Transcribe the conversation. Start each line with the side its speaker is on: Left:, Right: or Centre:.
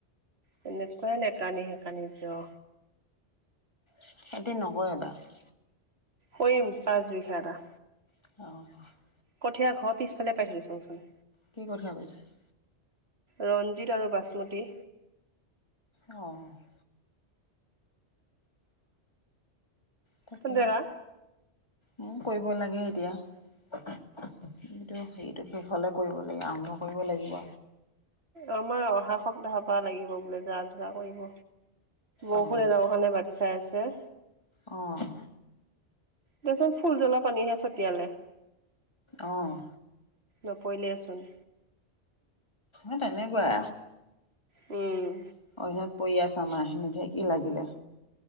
Right: তেনেকুৱাই নেকানি সেকানি য
Left: <inaudible>
Right: কৰিম পাচ বিঘা
Left: অ',
Right: কঠীয়াৰ ঘৰ পিছফালে পাৰি থৈ দিচংচোন
Left: কি কঠা পাৰিছে?
Right: ৰঞ্জিত আৰু বাচমতী
Left: অ', তাকে,
Right: তন্তেকা
Left: উ, কৰিব লাগে এতিয়া এইটো, সেইটো, শেষ হ'লে কৰিব লাগিব আৰম্ভ কৰিব লাগিব
Right: আমাৰ অহা সপ্তাহৰ পৰা লাগিব বোলে, যা যোগাৰ কৰিব বৰষুণ
Left: অঁ
Right: <unintelligible> <unintelligible> বাট চাই আছে
Left: অ',
Right: দেচোন ফুল জ্বলা পানীহে ছটিয়ালে
Left: অ',
Right: নপৰিলেচোন
Left: <inaudible> তেনেকুৱা
Right: উম,
Left: <unintelligible> পৰি আছে, আমাৰ খিনিতহে কি লাগিলে